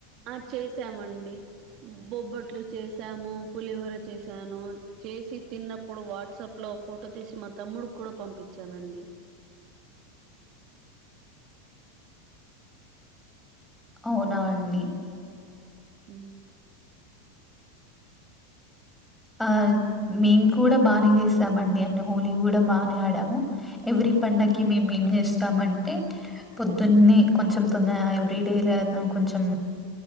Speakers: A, on the right; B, in the centre.
A: ఆ చేసామండి బొబ్బట్లు చేసాము పులిహోర చేసాము చేశాను చేసి తిన్నప్పుడు వాట్సప్ లో ఫోటో తీసి మా తమ్ముడు కూడా పంపించానండి
B: అవునా అండి
A: మ్మ్
B: ఆ మేము కూడా బానే చేసామండి అంటే హోలీ కూడా బానే ఆడాము ఎవ్రీ పండగకి మేము ఏం చేస్తామంటే పొద్దున్న కొంచెం తొంద ఎవ్రీడే కొంచెం